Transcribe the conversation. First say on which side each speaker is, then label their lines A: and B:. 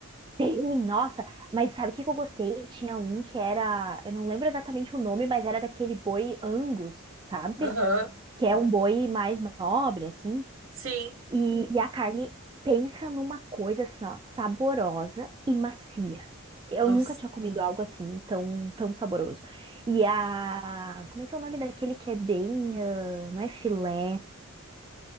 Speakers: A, on the right; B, on the right.
A: <laughs> Nossa, mas sabe o que que eu gostei? Tinha um que era. Eu não lembro exatamente o nome, mas era daquele boi Angus, sabe?
B: aham,
A: Que é um boi mais nobre, assim.
B: sim,
A: E, e a carne, pensa numa coisa assim, ó, saborosa e macia. Eu
B: nossa,
A: nunca tinha comido algo assim, tão, tão saboroso. E a. Como é que é o nome daquele que é bem. ah, não é filé?